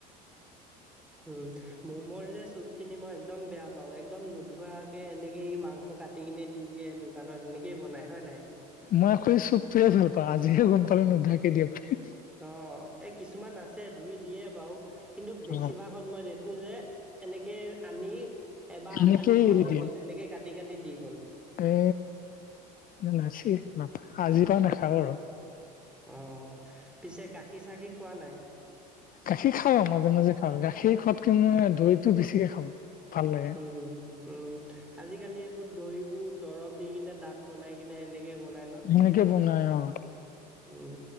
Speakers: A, in the centre; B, on the left.
A: উম মমৰ যে চুপ খিনি মই একদম বেয়া পাও একদম নোধুৱাকে এনেকে ই মাংস কাটিকিনে দি দিয়ে দোকানত এনেকেই বনায় হয় নাই
B: মই আক এই চুপটোৱে ভাল পাওঁ আজিহে গম পালোং নুধুৱাকে দিয়ে বুলি
A: অ এই কিছুমান আছে ধুই দিয়ে বাও কিন্তু বেছিভাগত
B: অ
A: মই দেখোঁ যে এনেকে আনি এবাৰ
B: সেনেকেই
A: আখালিব
B: এৰি
A: হৈ
B: দিম
A: গ'ল এনেকে কাটি কাটি দি গল
B: এ না নাচি নাপা আজিৰ পা নাখাওঁ আৰু
A: অঁ পিছে গাখীৰ চাখীৰ খোৱা নাই
B: গাখীৰ খাওঁ মাজে মাজে খাওঁ গাখীৰ খোৱাতকে মই দৈ টো বেছিকে খাওঁ ভাল লাগে
A: উম হুম আজিকালি এইবোৰ দৈ বোৰ দৰৱ দি কিনে দাঠ বনাই কিনে এনেকে বনাই ন
B: সেনেকে বনাই অ
A: উম